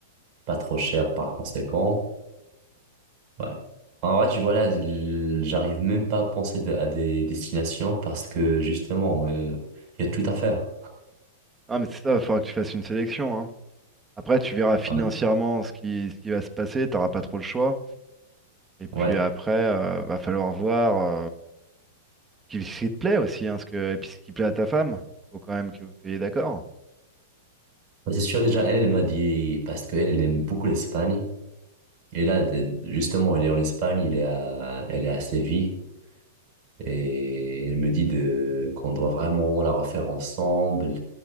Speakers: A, on the right (about 45°); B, on the right (about 15°).
A: pas trop chères par conséquent. Ouais. En vrai, tu vois, là, l- j'arrive même pas à penser de- à des destinations parce que justement, euh, il y a tout à faire.
B: Ah, mais c'est ça, il faudra que tu fasses une sélection, hein. Après, tu verras financièrement
A: Ouais.
B: ce qui, ce qui va se passer, t'auras pas trop le choix. Et puis
A: Ouais.
B: après, euh, va falloir voir euh, qui- ce qui te plaît aussi, hein, ce que, et puis ce qui plaît à ta femme. Faut quand même que vous soyez d'accord.
A: Mais C'est sûr, déjà, elle, elle m'a dit, parce qu'elle, elle aime beaucoup l'Espagne. Et là, de- justement, elle est en Espagne, il est à, elle est à Séville. Et elle me dit de, qu'on doit vraiment la refaire ensemble,